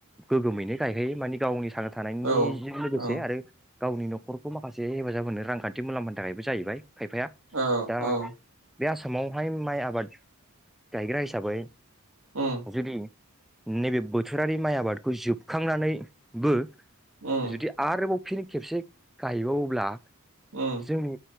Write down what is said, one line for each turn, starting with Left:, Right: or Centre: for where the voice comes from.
Centre: गोगोमैनो गायखायो माने गावनि <unintelligible> थानायनिजों
Right: औ
Centre: लोगोसे
Right: औ
Centre: आरो गावनि न'खरखौ माखासे हेफाजाब होनो रांखान्थि मुलाम्फानि थाखायबो जाहैबाय। खायफाया
Right: औ
Centre: दा
Right: औ
Centre: बे आसामावहाय माइ आबाद गायग्रा हिसाबै
Right: उम
Centre: जुदि नैबे बोथोरारि माइ आबाद खौ जोबखांनानैबो
Right: उम
Centre: जुदि आरोबाव फिन खेबसे गायबावोब्ला
Right: उम
Centre: जोंनि